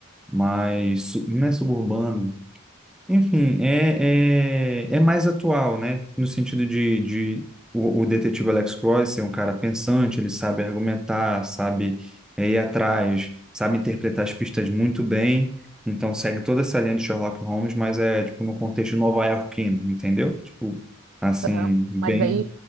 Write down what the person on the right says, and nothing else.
Aham.
Mas aí